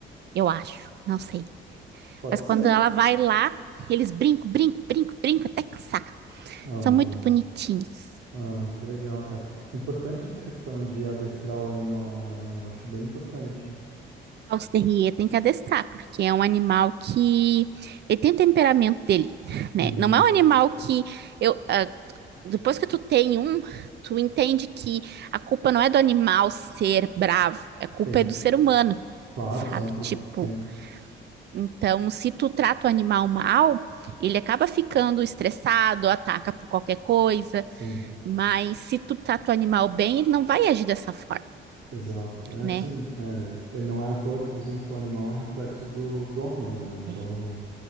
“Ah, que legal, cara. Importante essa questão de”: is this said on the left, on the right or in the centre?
Right